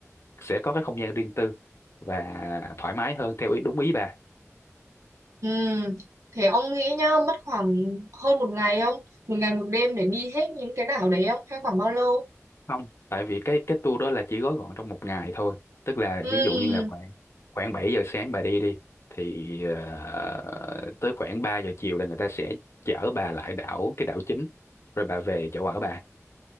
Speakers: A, on the left; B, on the right.
A: sẽ có cái không gian riêng tư và thoải mái hơn theo ý đúng ý bà.
B: ừm. Thế ông nghĩ nhá, mất khoảng hơn một ngày không? Một ngày một đêm để đi hết những cái đảo đấy không? Hay khoảng bao lâu?
A: không tại vì cái cái tour đó là chỉ gói gọn trong một ngày thôi tức là
B: Ừm,
A: ví dụ như là khoảng khoảng 7 giờ sáng bà đi đi thì ờ, tới khoảng 3 giờ chiều là người ta sẽ chở bà lại đảo cái đảo chính rồi bà về chỗ ở bà